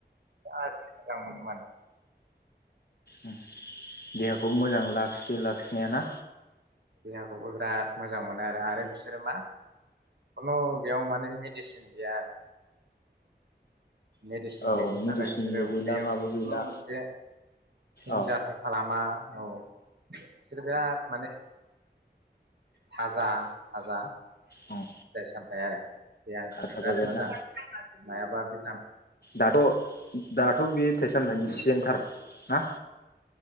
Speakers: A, on the right; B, on the left.
A: <unintelligible> मोजां मोनो मानो
B: होम देहाखौ मोजां लाखियो लाखिनाया ना?
A: देहाखौबो बिराद मोजां मोनो आरो आरो बिसोरो मा खुनु बेयाव माने मेडिसिन गैया आरो। मेडिसिन
B: औ
A: गैयिनि
B: मेडिसिनबो
A: थाखाय बिसोरो
B: गैला
A: उदैयाव
B: माबो
A: खुनु
B: गैला
A: मोनसे फिन
B: औ
A: जाथाय खालामा औ। बिसोरो बिराद माने थाजा थाजा। फिथाइ
B: औ
A: सामथाय आरो। बेयानोथार
B: थाजागोन
A: बिराद मोजां
B: ना
A: मायाबा बि
B: दाथ' दाथ' बे फिथाइ सामनायनि सिजनथार। ना।